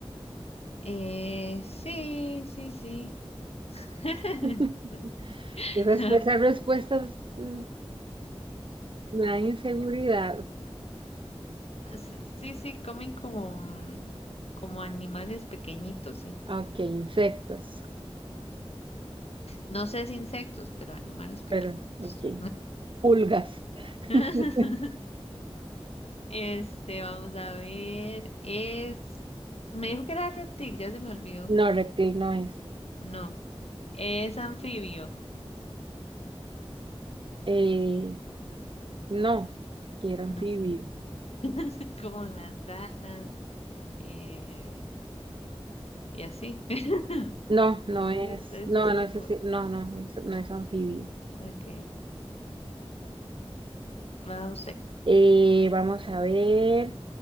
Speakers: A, on the left (about 75°); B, on the right (about 55°).
A: Eh, sí, sí, sí. <laughs>
B: <laughs>
A: <laughs>
B: Esas, esas respuestas mm, me dan inseguridad.
A: Sí, sí, sí, comen como, mm, como animales pequeñitos, sí.
B: Ok, insectos,
A: No sé si insectos, pero animales pequeñitos.
B: pero ok. Pulgas.
A: <laughs>
B: <laughs>
A: Este, vamos a ver. Es. Me dijo que era reptil, ya se me olvidó.
B: No, reptil no es.
A: No, es anfibio.
B: Eh, no, que era anfibio.
A: No, <laughs> como las ranas eh, y así. <laughs>
B: No, no
A: Como
B: es,
A: esos, esos
B: no, no
A: tipos.
B: es así, no, no, es- no es anfibio.
A: Ok, va usted.
B: Eh, vamos a ver.